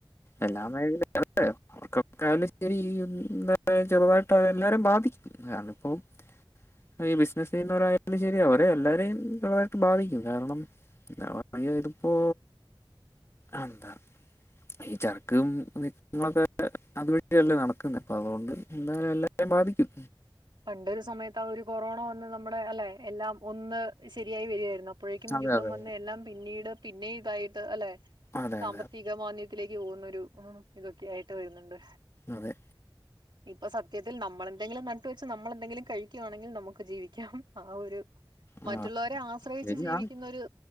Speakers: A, on the left (about 30°); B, on the right (about 60°).
A: എല്ലാ
B: ഉം
A: <unintelligible> ചെറുതായിട്ട് അതെല്ലാരേം ബാധിക്കും <unintelligible> ന്നിപ്പോ ഇപ്പീ ബിസിനസ്സ് ചെയ്യുന്നവരായാലും ശെരി അവരെ എല്ലാവരെയും തായിട്ട് ബാധിക്കും കാരണം <unintelligible> തിപ്പോ ആന്താ? ഈ ചരക്കും നീക്കങ്ങളൊക്കെ അതുവഴിയല്ലേ നടക്കുന്നത് അപ്പം അതുകൊണ്ട് എന്തായാലും എല്ലാവരെയും ബാധിക്കും
B: പണ്ടൊരു സമയത്ത് ആ ഒരു കൊറോണ വന്ന് നമ്മടെ അല്ലെ എല്ലാം കൊന്ന് ശരിയായി വരുവായിരുന്നു അപ്പോഴേക്കും
A: അതെ
B: യുദ്ധം
A: അതെ
B: വന്ന് എല്ലാം പിന്നീട് പിന്നെ ഇതായിട്ട് അല്ലെ
A: അതെ
B: സാമ്പത്തിക
A: അതെ
B: മാന്ദ്യത്തിലേക്ക് പോകുന്ന ഒരു ഇതൊക്കെ ആയിട്ട് വരുന്നുണ്ട്
A: അതെ
B: ഇപ്പൊ സത്യത്തിൽ നമ്മളെന്തെങ്കിലും ന ട്ടുവെച്ച് നമ്മളെന്തെങ്കിലും കഴിക്കുവാണെങ്കിൽ നമുക്ക് ജീവിക്കാം ആ ഒരു
A: ആ
B: മറ്റുള്ളോരെ ആശ്രയിച്ച്
A: ശരിയാണ്
B: ജീവിക്കുന്നൊരു